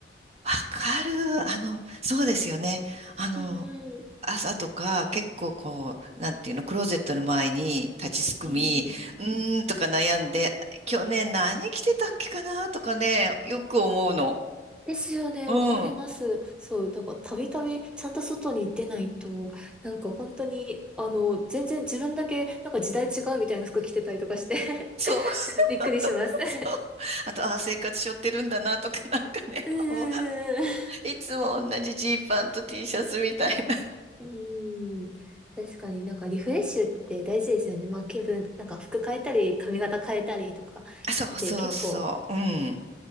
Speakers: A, on the right; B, in the centre.
A: わかる。あの、そうですよね。あの、
B: うんうん。
A: 朝とか結構こう、なんていうの、クローゼットの前に立ちすくみ、
B: うんうん
A: うーんとか悩んで、去年何着てたっけかなとかね、よく思うの。
B: ですよね、
A: うん。
B: わかります。そう、なんかたびたびちゃんと外に出ないと、なんか本当に、あの、全然自分だけ、なんか時代違うみたいな服着てたりとかして
A: そう、<laughs>
B: <laughs> びっくりします。
A: あと、
B: <laughs>
A: そう。あと、ああ、生活しょってるんだなとか、<laughs> なんかね、
B: うんうん
A: おいつも同じジーパンと T シャツみたいな。
B: うんうん。<laughs> うーん確かになんかリフレッシュって大事ですよね。まあ気分、なんか服変えたり、髪型変えたりとか
A: あそうそうそう。
B: で結構、
A: うん。